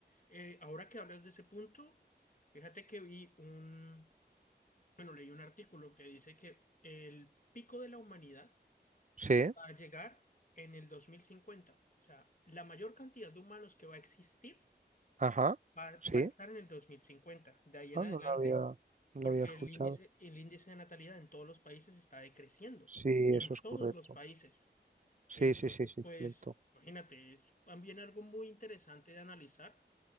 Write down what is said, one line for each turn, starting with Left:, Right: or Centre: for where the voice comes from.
Left: eh, ahora que hablas de ese punto, fíjate que vi un, bueno, leí un artículo que dice que el pico de la humanidad
Right: Sí,
Left: va a llegar en el dos mil cincuenta o sea, la mayor cantidad de humanos que va a existir
Right: ajá,
Left: Va,
Right: sí.
Left: va a estar en el 2050 de ahí
Right: Ah,
Left: en adelante,
Right: no la había, no
Left: porque
Right: la había escuchado.
Left: el índice, el índice de natalidad en todos los países está decreciendo,
Right: Sí,
Left: en
Right: eso es
Left: todos
Right: correcto.
Left: los países.
Right: Sí,
Left: Entonces,
Right: sí, sí, sí,
Left: pues,
Right: cierto.
Left: imagínate, es también algo muy interesante de analizar,